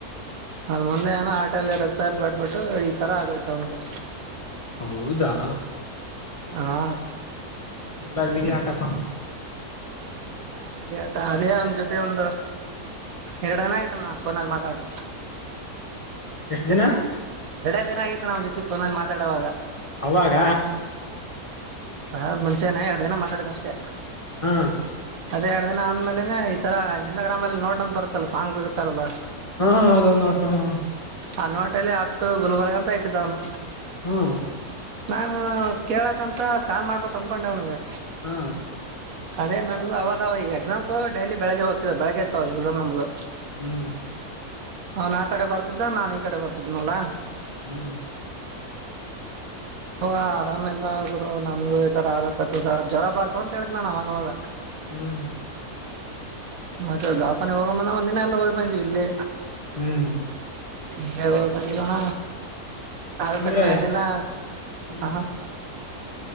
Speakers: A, on the right; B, on the left.
A: ಅದ ಮುಂದೆ ಏನೋ ಹಾಟಲ್ಲ ರಕ್ತಾ ಹೇಪ್ಪಗಟಿ ಬಿಟ್ಟು ಈ ತರ ಆಗೋಯ್ತ ಅವನ್ಗೆ
B: ಹೌದಾ
A: ಹಾ
B: ಎಲ್ಲಾ ವಿಧಿ ಆ ಟಪ್ಪ
A: ನೀ ಏನ ಅಣಾ ವಿದಿಆಟ ಅದೇ ಅವನ ಜೊತೆ ಒಂದು ಎರಡು ದಿನ ಆಯತನ ನಾ ಫೋನಲ್ಲಿ ಮಾತಾಡಿ
B: ಎಷ್ಟು ದಿನ
A: ಎರಡ ದಿನ ಆಗಿತ್ತು ನ್ ಜೊತೆ ಫೋನಲ್ಲಿ ಮಾತಾಡುವಾಗ
B: ಅವಾಗ
A: ಹ ಮುಂಚೆನ ಎರಡು ದಿನ ಮಾತಾಡಿದ ಅಷ್ಟೇ
B: ಹ್ಮ್
A: ಅದೇ ಎರಡು ದಿನ ಆದಂದ್ಮೇಲೆನೆ ಈ ತರ ಇನ್ಸ್ಟಾಗ್ರಾಮ್ ಅಲ್ಲಿ ನೋಟ್ ಅಂತ ಬರ್ತ್ತಲ್ಲ ಸಾಂಗ್ಗಳು ಇರ್ತಾರಲ್ಲಾ
B: ಹಾ ಹೌದದು ನೋಡ್ತೇ ಹ
A: ಆ ನೋಟ ಅಲ್ಲಿ ಅಷ್ಟು ಗುಲ್ಬರ್ಗ ಅಂತ ಇಟ್ಟಿದ್ದವನು
B: ಹ್ಮ್
A: ನಾನು ಕೇಳಕ್ಂತ ಕಾಲ್ ಮಾಡ್ಬ ಅನ್ಕೊಂಡೆ ಅವನಿಗೆ
B: ಹ್ಮ
A: ಅದೇ ನನ್ ಅವಾಗ ಎಕ್ಸಾಮ್ಗೆ ಡೈಲಿ ಬೆಳಗ್ಗೆ ಹೋಗ್ತದ ಬೆಳಗ್ಗೆ ಇತ್ತವಾಗ ಎಕ್ಸಾಮ್ ನಮ್ದು
B: ಹ್ಮ್
A: ಅವನ್ ಆ ಕಡೆ ಬರ್ತಿದ್ದ ನಾನ್ ಈ ಕಡೆ ಬರ್ತಿದ್ನಲ್ಲ
B: ಹ್ಮ್
A: ಹೋಗ ಆರಾಮೆಲ್ಲ ಆದರು ನಂಗು ಈ ತರ ಆಗಕತದ ಜ್ವರ ಬಾರತವ ಅಂತ ಹೇಳಿದ್ ನಾನ ಅವಾಗವಾಗ
B: ಹ್ಮ್
A: ಮತ್ತೆ ದಾಖಾನಗ್ ಹೋಗಂಬಂದ ಒಂದಿನ ಎಲ್ಲ ಹೋಗ್ ಬಂದೀವಿ ಇಲ್ಲಿ
B: ಹ್ಮ್
A: ಇ ಬಜ ತಣ ತಾದು
B: ಅಂದ್ರೆ
A: ಕಡಿಮೆ ಆಗಲ್ಲ
B: ಹ್ಮ್
A: ಹಾ